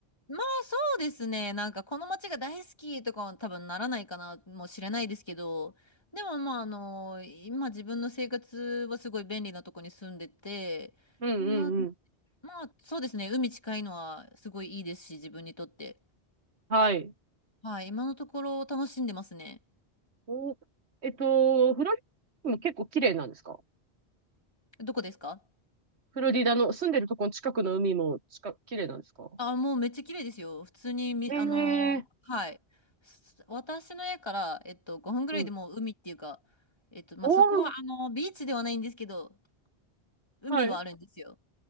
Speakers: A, on the left; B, on the right.
A: まあ、そうですね。なんか、この街が大好きとかは多分ならないかな、もしれないですけど、でも、まあ、あの、今自分の生活はすごい便利なとこに住んでて、
B: うん、うん、
A: な、
B: うん。
A: まあ、そうですね。海近いのはすごいいいですし、自分にとって。
B: はい。
A: はい、今のところ楽しんでますね。
B: お、えっと、フロリダも結構綺麗なんですか
A: どこですか
B: フロリダの住んでるとこの近くの海も近、綺麗なんですか
A: あ、もうめっちゃ綺麗ですよ。普通にみ、
B: ええー。
A: あのはい。す私の家から、えっと、5分ぐらいでもう海っていうか、
B: うん
A: えっと、まあ、
B: おー、
A: そこは、あの、ビーチではないんですけど、海はあるんですよ。
B: はい。